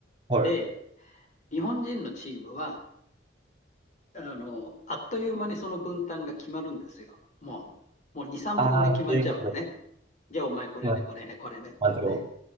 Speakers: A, on the right; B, on the left.
A: はい。
B: で、日本人のチームは、あの、あっという間にその分担が決まるんですよ。もう、もう2、3分で決まっちゃうのね。
A: ああ、で
B: じゃあお前これね、
A: まあ、
B: これね、これねっていうんで。
A: あの、